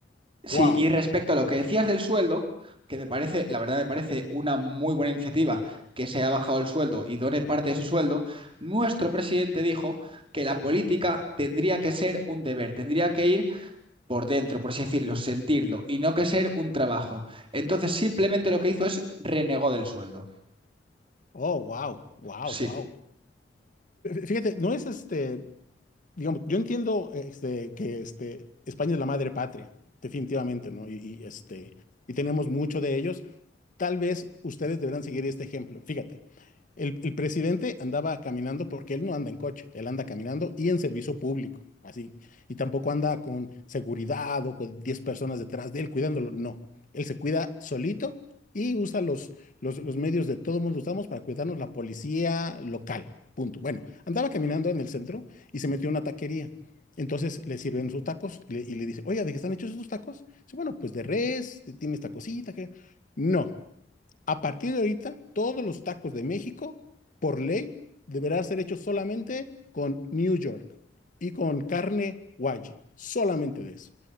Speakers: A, on the right; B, on the left.
A: Sí,
B: wow.
A: y respecto a lo que decías del sueldo, que me parece, la verdad me parece una muy buena iniciativa que se ha bajado el sueldo y done parte de su sueldo, nuestro presidente dijo que la política tendría que ser un deber, tendría que ir por dentro, por así decirlo, sentirlo, y no que ser un trabajo. Entonces simplemente lo que hizo es renegó del sueldo.
B: Oh, wow, wow,
A: Sí.
B: wow. Fíjate, no es este, digamos, yo entiendo este, que este, España es la madre patria, definitivamente, ¿no? Y, y, este, y tenemos mucho de ellos. Tal vez ustedes deberán seguir este ejemplo. Fíjate. El, el presidente andaba caminando porque él no anda en coche, él anda caminando y en servicio público, así. Y tampoco anda con seguridad o con 10 personas detrás de él cuidándolo, no. Él se cuida solito y usa los, los, los medios de todo mundo usamos para cuidarnos la policía local, punto. Bueno, andaba caminando en el centro y se metió a una taquería. Entonces le sirven sus tacos y le, y le dice, oiga, ¿de qué están hechos esos tacos? Dice, bueno, pues de res, tiene esta cosita que... No, a partir de ahorita, todos los tacos de México, por ley, deberán ser hechos solamente con New York y con carne wagyu, solamente de eso.